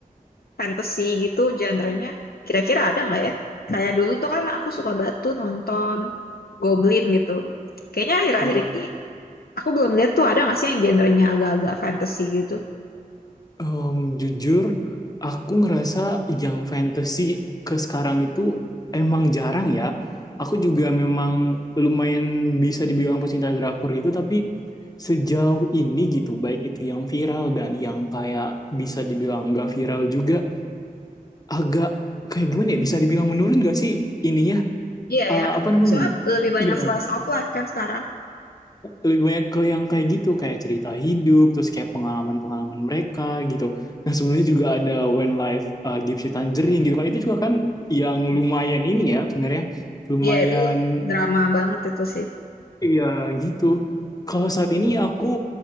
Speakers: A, on the left (about 80°); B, on the left (about 25°).
A: fantasy gitu genrenya. Kira-kira ada nggak ya? Kayak dulu tuh kan aku suka banget tuh nonton Goblin gitu. Kayaknya akhir-akhir
B: uh
A: ini aku belum lihat tuh ada nggak sih yang genrenya agak-agak fantasy gitu.
B: Em, jujur, aku ngerasa yang fantasy ke sekarang itu emang jarang ya. Aku juga memang lumayan bisa dibilang pecinta drakor gitu, tapi sejauh ini gitu, baik itu yang viral dan yang kayak bisa dibilang nggak viral juga, agak kayak gimana ya, bisa dibilang menurun gak sih ininya,
A: Iya
B: Eh,
A: ya.
B: apa namanya?
A: Soalnya lebih banyak
B: Iya,
A: slice of life kan sekarang.
B: lebih banyak ke yang kayak gitu kayak cerita hidup terus kayak pengalaman-pengalaman mereka gitu nah sebelumnya juga ada When Life uh, Gives You Tangerine gitu kan itu juga kan yang
A: Hmm.
B: lumayan ini ya sebenarnya lumayan
A: Iya itu drama banget itu sih.
B: iya gitu kalau saat ini aku